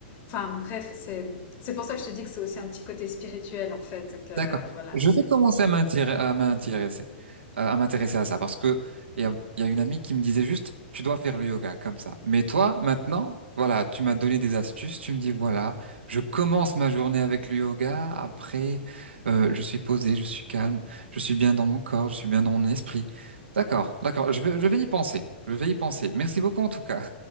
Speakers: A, on the left; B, on the right.
A: Enfin, bref, c'est, c'est pour ça que je te dis que c'est aussi un petit côté spirituel, en fait, que,
B: d'accord.
A: voilà,
B: Je
A: c'est,
B: vais commencer à m'intéresser, à m'intéresser, euh, à m'intéresser à ça parce que il y a, il y a une amie qui me disait juste, tu dois faire le yoga comme ça. Mais toi, maintenant, voilà, tu m'as donné des astuces, tu me dis voilà, je commence ma journée avec le yoga, après, euh, je suis posé, je suis calme, je suis bien dans mon corps, je suis bien dans mon esprit. D'accord, d'accord, je vais, je vais y penser, je vais y penser. Merci beaucoup en tout cas.